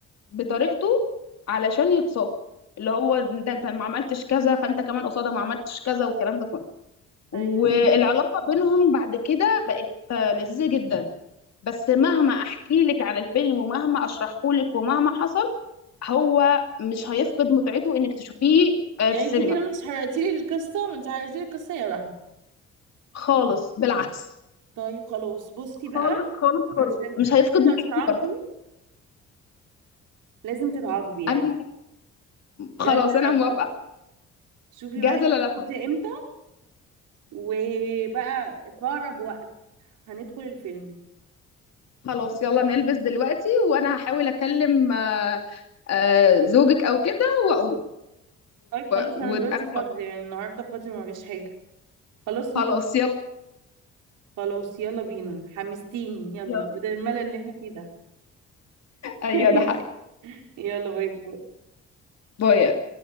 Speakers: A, on the left (about 60°); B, on the right (about 85°).
A: بطريقته علشان يتصاف اللي هو ده انت ما عملتش كذا فانت كمان قصادها ما عملتش كذا والكلام ده كله والعلاقه
B: ايوه
A: بينهم بعد كده بقت آه، لذيذه جدا بس مهما احكي لك عن الفيلم ومهما اشرحه لك ومهما حصل هو مش هيفقد متعته انك تشوفيه آه،
B: يعني
A: في السينما
B: انت كده مش حرقتي لي القصة ما انت حرقتي لي القصة يا رحمة
A: خالص بالعكس
B: طيب خلاص بصي
A: خالص
B: بقى
A: خالص خالص
B: عشان
A: مش هيفقد
B: انت
A: متعته
B: هتتعاقبي
A: برضه
B: لازم تتعاقبي يعني
A: انا
B: جاهزة
A: خلاص انا
B: العقاب
A: موافقه
B: شوفي
A: جاهزه
B: بقى انت
A: للقاء
B: فاضية امتى وبقى في اقرب وقت هندخل الفيلم
A: خلاص يلا نلبس دلوقتي وانا هحاول اكلم آه، آه، زوجك او كده واقول
B: طيب خلاص
A: وانا
B: انا دلوقتي فاضي
A: موافقه
B: يعني النهارده فاضي ما فيش حاجه خلاص
A: خلاص
B: ميت
A: يلا
B: خلاص يلا بينا حمستيني يلا
A: يلا
B: بدل الملل اللي احنا فيه ده
A: ايوه
B: <laughs>
A: ده حقيقي
B: يلا باي باي
A: باي